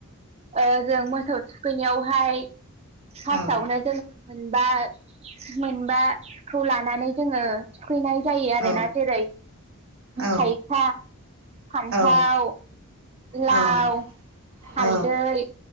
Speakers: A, on the right (about 30°); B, on the right (about 65°).
A: ओ जों मोसौ थुखैनायावहाय फार्स्टआवनो
B: औ
A: जों मोनबा मोनबाखौ लानानै जोङो थुखैनाय जायो आरो
B: औ
A: ना जेरै
B: औ
A: थायखा, फान्थाव,
B: औ
A: लाव,
B: औ
A: हालदै
B: औ